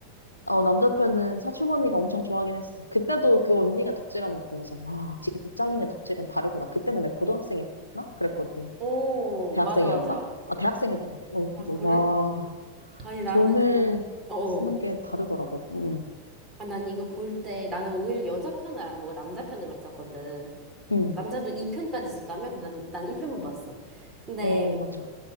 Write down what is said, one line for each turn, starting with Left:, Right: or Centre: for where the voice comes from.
Left: 어, 남자 편은 사촌 언니가 엄청 좋아하긴 했어. 그때도 그 언니가 덕질하는 거 보면서, 와, 직장인의 덕질은 다르구나. 그때는 내가 고등학생이었나? 그랬거든.
Right: 오,
Left: 대학생이었나?
Right: 맞아, 맞아.
Left: 아, 대학생이었던 것 같아. 어,
Right: 아,
Left: 그래서
Right: 그래?
Left: 와,
Right: 아니, 나는
Left: 돈을
Right: 그거, 어어.
Left: 쓰는 게 다르더라고. 응,
Right: 아, 난 이거 볼 때, 나는 오히려 여자 편을 안 보고 남자 편을 봤었거든.
Left: 응.
Right: 남자도 2편까지 있었다며? 근데 난, 난 1편만 봤어. 근데,
Left: 어, 어, 맞아.